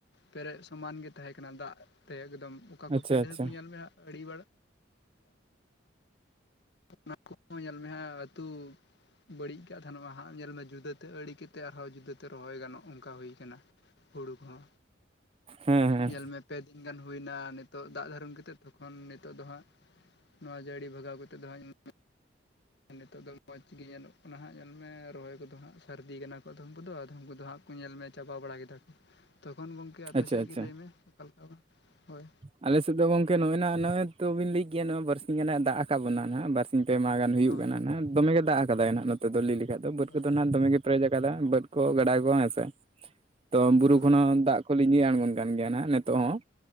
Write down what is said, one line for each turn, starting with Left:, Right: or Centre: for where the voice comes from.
Left: ᱯᱮᱨᱮᱡ ᱥᱚᱢᱟᱱ ᱜᱮ ᱛᱟᱦᱮᱸ ᱠᱟᱱᱟ ᱫᱟᱜ ᱛᱮ ᱮᱠᱫᱚᱢ ᱚᱠᱟ ᱠᱚ
Right: ᱟᱪᱪᱷᱟ
Left: ᱯᱤᱰᱟᱹ
Right: ᱟᱪᱪᱷᱟ
Left: ᱠᱚ ᱧᱮᱞ ᱢᱮ ᱟᱲᱤᱵᱟᱲᱟ ᱚᱱᱟ ᱠᱚ ᱧᱮᱞ ᱢᱮ ᱦᱟᱸᱜ ᱟᱹᱛᱩ ᱵᱟᱹᱲᱤᱡ ᱠᱟᱜ ᱛᱟᱦᱮᱱ ᱚᱱᱟ ᱦᱟᱜ ᱧᱮᱞ ᱢᱮ ᱡᱩᱫᱟᱹᱛᱮ ᱟᱲᱮ ᱠᱮᱫᱛᱮ ᱟᱨᱦᱚᱸ ᱡᱩᱫᱟᱹᱛᱮ ᱨᱚᱦᱚᱭ ᱜᱟᱱᱚᱜ ᱚᱱᱠᱟ ᱦᱩᱭ ᱠᱟᱱᱟ ᱦᱩᱲᱩ ᱠᱚᱦᱚᱸ
Right: ᱦᱮᱸ ᱦᱮᱸ
Left: ᱧᱮᱞᱢᱮ ᱯᱮ ᱫᱤᱱ ᱜᱟᱱ ᱦᱩᱭᱱᱟ ᱱᱤᱛᱚᱜ ᱫᱟᱜ ᱫᱷᱟᱨᱩᱢ ᱠᱟᱛᱮᱫ ᱛᱚᱠᱷᱚᱱ ᱱᱤᱛᱚᱜ ᱫᱚ ᱦᱟᱸᱜ ᱱᱚᱣᱟ ᱡᱟᱹᱲᱤ ᱞᱟᱜᱟᱣ ᱠᱟᱛᱮᱫ ᱫᱚ ᱦᱟᱸᱜ <unintelligible> ᱟᱨ ᱱᱤᱛᱚᱜ ᱫᱚ ᱢᱚᱡᱽ ᱜᱮ ᱧᱮᱞᱚᱜ ᱠᱟᱱᱟ ᱦᱟᱸᱜ ᱧᱮᱞᱢᱮ ᱨᱚᱦᱚᱭ ᱠᱚᱫᱚ ᱦᱟᱸᱜ ᱥᱟᱹᱨᱫᱤ ᱠᱟᱱᱟ ᱠᱚ ᱟᱫᱚᱢ ᱠᱚᱫᱚ ᱟᱫᱚᱢ ᱠᱚᱫᱚ ᱦᱟᱸᱜ ᱠᱚ ᱧᱮᱞ ᱢᱮ ᱪᱟᱵᱟ ᱵᱟᱲᱟ ᱠᱮᱫᱟ ᱠᱚ ᱛᱚᱠᱷᱚᱱ ᱜᱚᱝᱠᱮ ᱟᱯᱮᱥᱮᱫ
Right: ᱟᱪᱪᱷᱟ ᱟᱪᱪᱷᱟ
Left: ᱜᱮ ᱞᱟᱹᱭᱢᱮ ᱚᱠᱟᱞᱮᱠᱟ ᱵᱟᱝ ᱦᱳᱭ?
Right: ᱟᱞᱮ ᱥᱮᱫ ᱫᱚ ᱜᱚᱝᱠᱮ ᱱᱚᱜᱼᱚᱭ ᱱᱟᱦᱟᱸᱜ ᱱᱚᱜᱼᱚᱭ ᱛᱚᱵᱤᱱ ᱞᱟᱹᱭ ᱠᱮᱭᱟ ᱱᱚᱜ-ᱚᱭ ᱵᱟᱨ ᱥᱤᱧ ᱜᱟᱱ ᱱᱟᱦᱟᱜ ᱫᱟᱜ ᱠᱟᱜ ᱵᱚᱱᱟ ᱵᱟᱨᱥᱤᱧ ᱯᱮ ᱢᱟᱦᱟ ᱜᱟᱱ᱾ ᱦᱩᱭᱩᱜ
Left: ᱦᱳᱭ
Right: ᱠᱟᱱᱟ ᱱᱟᱜ ᱫᱚᱢᱮᱜᱮ ᱫᱟᱜ ᱟᱠᱟᱫᱟᱭ ᱱᱟᱦᱟᱜ ᱱᱚᱛᱮ ᱫᱚ ᱞᱟᱹᱭ ᱞᱮᱠᱷᱟᱡ ᱫᱚ ᱵᱟᱹᱫ
Left: ᱦᱳᱭ
Right: ᱫᱚ ᱱᱟᱦᱟᱜ ᱫᱚᱢᱮ ᱜᱮ ᱯᱮᱨᱮᱡ ᱟᱠᱟᱫᱟ ᱵᱟᱹᱫᱽ ᱠᱚ ᱜᱟᱰᱟ ᱠᱚ ᱦᱮᱸᱥᱮ ᱛᱚ ᱵᱩᱨᱩ
Left: ᱦᱳᱭ
Right: ᱠᱷᱚᱱ ᱦᱚᱸ ᱫᱟᱜ ᱠᱚ ᱞᱤᱧᱡᱤ ᱟᱬᱜᱚᱱ ᱠᱟᱱ ᱜᱮᱭᱟ ᱱᱦᱟᱜ ᱱᱤᱛᱚᱜ ᱦᱚᱸ